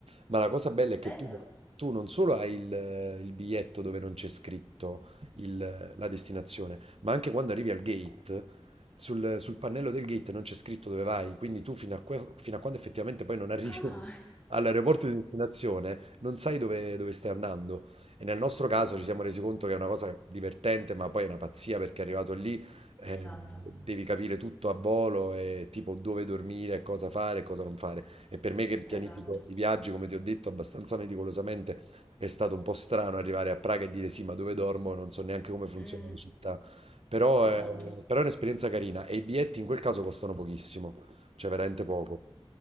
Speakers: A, on the right (about 90°); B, on the left (about 20°).
A: Ma la cosa bella è
B: bello.
A: che tu, tu non solo hai il, il biglietto dove non c'è scritto il- la destinazione, ma anche quando arrivi al gate sul, sul pannello del gate non c'è scritto dove vai, quindi tu fino a, que- fino a quando effettivamente poi non arrivi
B: Ah.
A: <laughs>
B: <laughs>
A: all'aeroporto di destinazione non sai dove, dove stai andando. E nel nostro caso ci siamo resi conto che è una cosa divertente, ma poi è una pazzia perché arrivato lì eh,
B: Esatto,
A: devi capire tutto a volo e tipo dove dormire, cosa fare e cosa non fare. E per me che pianifico
B: esatto.
A: i viaggi, come ti ho detto, abbastanza meticolosamente, è stato un po' strano arrivare a Praga e dire sì, ma dove dormo? Non so neanche come funziona
B: Mh,
A: la città. Però
B: esatto.
A: è, però è un'esperienza carina e i biglietti in quel caso costano pochissimo, cioè veramente poco.